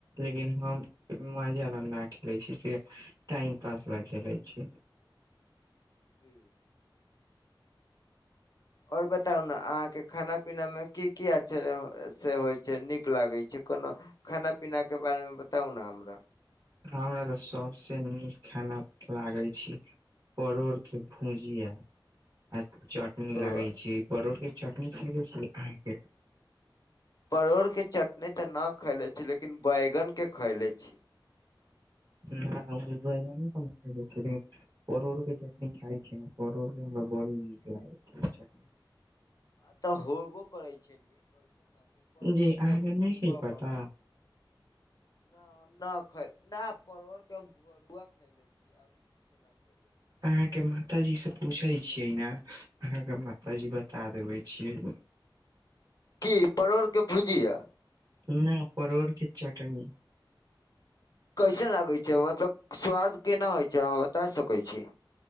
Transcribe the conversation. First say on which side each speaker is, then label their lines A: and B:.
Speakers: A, on the right; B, on the left.
A: लेकिन हम मजा ल नहि खेलैत छी टाइम पास ल खेलैत छी।
B: <inaudible> आओर बताउ ने अहाँके खाना पीना मे की की अचछर से होइ छै नीक लागैत छै कोनो। खाना पीना के बारे मे बताउ न हमरा।
A: हमरा तऽ सभ से नीक खाना लागै छी। परोड़ के भुजिया आर चट-। नीक
B: ओ
A: लागै छी परोठ के चटनी खेले छी अहाँ के।
B: परोड़ के चटनी त ना खैले छी, लेकिन बैगन के खैले छी।
A: हुॅ हम बैंगनों खेने छी। परोर के चटनी खाइ छी ने परोर हमरा बड़ नीक लागै छै।
B: आ तऽ होबो करैत छै नीक। कैसे नाचे
A: छै
B: परवल
A: जी अहाँके
B: के भरुआ
A: नहि छै पता
B: बनाई। न हम न खैव न परोर के भरुआ खले छीियै। अभी की केना खैले।। छी
A: अहाँ
B: चलू
A: के माता
B: नीक छै
A: जी
B: तऽ
A: से
B: बात
A: पूछे
B: करके नीक
A: छियै
B: लाग
A: ने अहाँके मातााजी बता देबे छियै।
B: की परोड़ के भुजीया।
A: नहि परोर के चटनी।
B: कैसन लागै छै मतलब स्वाद केना होइ छै अहाँ बता सकै छी।